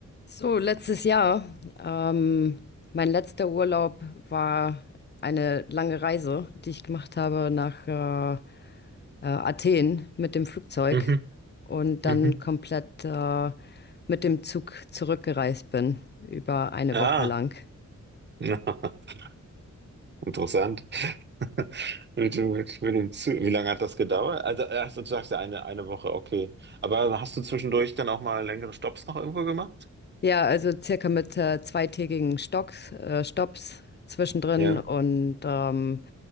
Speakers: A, on the left; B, on the right.
A: So, letztes Jahr, ähm, mein letzter Urlaub war eine lange Reise, die ich gemacht habe nach äh, äh, Athen mit dem Flugzeug
B: Mhm,
A: und dann
B: mhm.
A: komplett äh, mit dem Zug zurückgereist bin, über eine
B: Ah,
A: Woche lang.
B: <laughs> interessant. <laughs> Mit, dem- mit, mit dem Zug. Wie lange hat das gedauert? Also, erst du sagst ja eine, eine Woche, okay. Aber hast du zwischendurch dann auch mal längere Stopps noch irgendwo gemacht?
A: Ja, also circa mit äh, zweitägigen Stocks, äh, Stops zwischendrin
B: Ja,
A: und ähm,